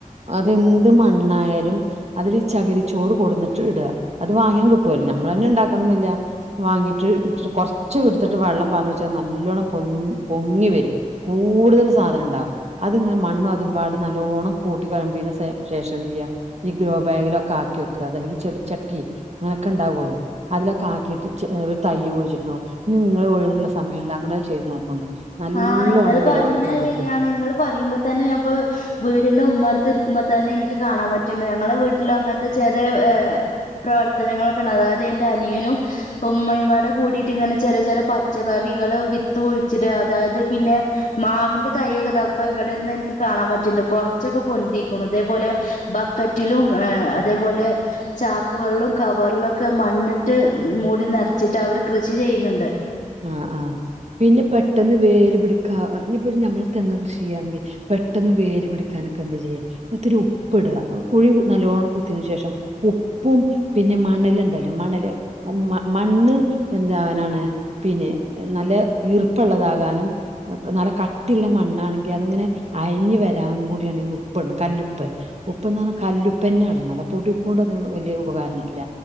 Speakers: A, on the right; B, on the left.
A: അതെന്ത് മണ്ണായാലും അതിൽ ചകിരിച്ചോറ് കൊടന്നിട്ട് ഇടാ അത് വാങ്ങാൻ കിട്ടോലൊ നമ്മളന്നെ ഇണ്ടാക്കണന്നില്ല. വാങ്ങിട്ട് ഇട്ട്ട്ട് കൊറ്ച്ച് ഇട്ത്ത്ട്ട് വള്ളം പാറ്ന്നെച്ചാ നല്ലോണം പൊന്ത്‌ പൊങ്ങി വെരും. കൂട്തൽ സാധനം ഇണ്ടാവും. അതിങ്ങനെ മണ്ണും അതുംപാടെ നല്ലോണ്ണം കൂട്ടി കയമ്പീന്റെ ശേഷം എന്തെയ്യാ ഈ ഗ്രോ ബാഗിലൊക്കെ ആക്കി വെക്ക അതല്ലെങ്കി ചെടി ചട്ടി അങ്ങനെക്കെണ്ടാവോലൊ അതിലൊക്കാക്കീട്ട് ചെ ഏഹ് ഒരു തയ്യ് കുഴ്ച്ചിട്ട് നോക്കു ഇനി നിങ്ങളെ ഒഴിവുള്ള സമയണ്ടെ അങ്ങനൊ ചെയ്ത് നോക്കോണ്ടു നല്ലോണം
B: ആഹ് ഇങ്ങള്
A: വിളവെടുക്കാൻ
B: പറയ്ണ് ശെരിയാണ്
A: കിട്ടും
B: നിങ്ങള് പറയിമ്പതന്നെ ഞാപ്പോ വീടിന്റെ ഉമ്മർത്തിര്ക്കുമ്പതന്നെ ഇനിക്ക് കാണാൻ പറ്റ്ണ്ട് ഞങ്ങളെ വീട്ടിലങ്ങനെത്തെ ചെറിയ ഏഹ് പ്രവർത്തനങ്ങളൊക്കണ്ട് അതായത് ഇന്റെ അനിയനും ഉമ്മയുപാടെ കൂടിയ്ട്ട് ഇങ്ങനെ ചെറിയ ചെറിയ പച്ചക്കറികൾ വിത്ത്കുഴിച്ചിടാ അതായത് പിന്നെ മാവിന്റെ തയ്യൊക്കെ താപ്പ ഇവിടെര്ന്നാ ഇന്ക്ക് കാണാൻ പറ്റ്ണ്ട് കൊറ്ച്ചൊക്കെ പൊന്തിക്കുണു ഇതേപോലെ ബാ ബാക്കറ്റിലും ഏഹ് അതേപോലെ ചാക്കുകളിലും കവറ്ലൊക്കെ മണ്ണിട്ട് മൂടി നെറച്ചിട്ട് അവർ കൃഷി ചെയ്യ്ന്ന്ണ്ട്
A: ആഹ് ആഹ് പിന്നെ പെട്ടെന്ന് വേര് പിടിക്കാ ഇഞ്ഞി പ്പോ ഞമ്മള് തെങ് കൃഷി ചെയ്യാണെങ്കി പെട്ടെന്ന് വേര് പിടിക്കാനൊക്കെ എന്താ ചെയ്യാ ഒത്തിരി ഉപ്പ്ട കുഴി കു നല്ലോണ്ണം കുത്തിന് ശേഷം ഉപ്പ് ഉപ്പും പിന്നെ മണല്ണ്ടല്ലോ മണല് ഉം മണ്ണ് എന്താവാനാണ് പിന്നെ നല്ല ഈർപ്പള്ളതാകാനും നല്ല കട്ടില്ല മണ്ണാണെങ്കി അത്ങ്ങനെ അഴ്ഞ് വരാനും കൂടിയാണ് ഈ ഉപ്പ് ഇട്ണ് കല്ലുപ്പ് ഉപ്പ്ന്ന് പറ്ഞ്ഞ കല്ലുപ്പന്നെ ഇടണല്ലൊ പൊടി ഉപ്പോണ്ടൊന്നും വലിയ ഉപകാരല്ല